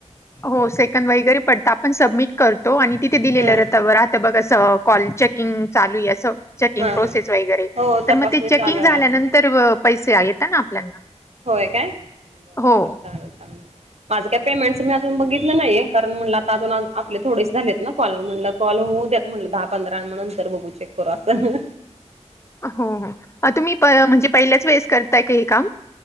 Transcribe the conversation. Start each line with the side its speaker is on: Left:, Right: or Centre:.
Left: हो सेक वगैरे पडत आपण सबमिट करतो आणि तिथे दिलेलं
Right: ह
Left: रता आता बघा <inaudible> कॉल चेकिंग चालू असं <unintelligible> चेकिंग
Right: हा हा
Left: प्रोसेस वगैरे
Right: हो
Left: तर
Right: तपासणी
Left: मग ते
Right: चालू
Left: चेकिंग
Right: आहे
Left: झाल्यानंतर
Right: असं
Left: पैसे आहेत येत ना आपल्याना <unintelligible>
Right: होय काय बर
Left: हो
Right: बर चालेल चागल <unintelligible> <inaudible> माझं काय पेमेंट मी अजून बघितलं नाहीे कारण म्हणलं आता अजून आपले थोडेसे झालेत ना कॉल म्हटलं कॉल होऊ द्या म्हटलं दहा पंधरा नंतर बघू चेक करू असं
Left: हो हो तुम्ही म्हणजे पहिल्याच वेळेस करताय का हे काम